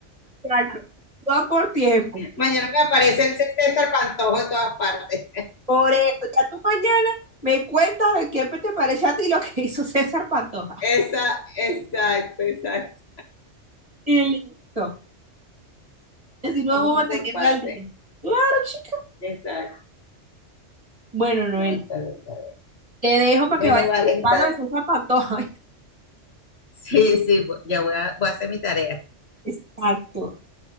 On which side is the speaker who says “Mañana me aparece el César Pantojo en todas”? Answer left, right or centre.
Left